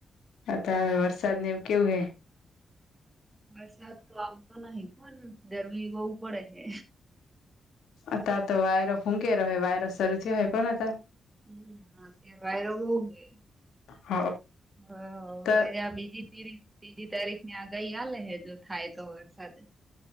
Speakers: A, on the left; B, on the right.
A: આતો વરસાદ ને એવું કેવું હે
B: વરસાદ તો આમતો નહી પણ ગરમી બહુ પડે છે
A: અત્યારે તો વાયરો ફૂંકેલો હોય વાયરો શરૂ થયો હે પણ હતા
B: હમ અ કે વાયરો બઉ હે
A: હ
B: હવે
A: તો
B: ત્યાં બીજી ત્રીજી તારીખની આગહી હાલે હે જો થાય તો વરસાદ